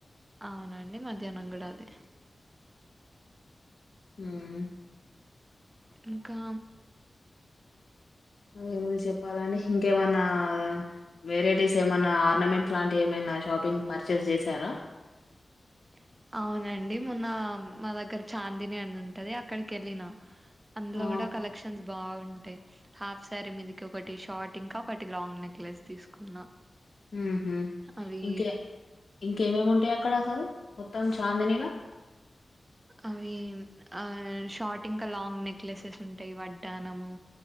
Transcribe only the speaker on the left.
ఉమ్
ఏమన్నా చెప్పాలండి ఇంకేమన్నా వెరైటీస్ ఏమైన్నా ఆర్నమెంట్స్ లాంటివి ఏమైనా షాపింగ్ పర్చేస్ జేసారా
ఆ
ఉహు
ఇంకే ఇంకేమేమి ఉంటాయా అక్కడ అసలు మొత్తం చాందినీలో